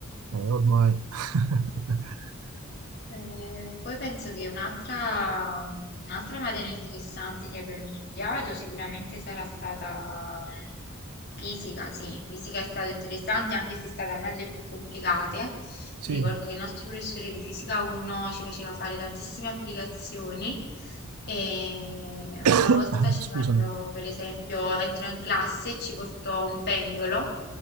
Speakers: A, on the right (about 80°); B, on the left (about 45°).
A: Eh, ormai. <laughs>
B: Eh, poi penso che un'altra un'altra materia interessante che abbiamo studiato sicuramente sarà stata mm, fisica, sì, fisica è stata interessante anche se è stata una delle più complicate.
A: Sì.
B: Mi ricordo che il nostro professore di fisica 1 ci faceva fare tantissime applicazioni e una
A: <coughs>
B: volta ci parlò,
A: Scusami.
B: per esempio, entrò in classe e ci portò un pendolo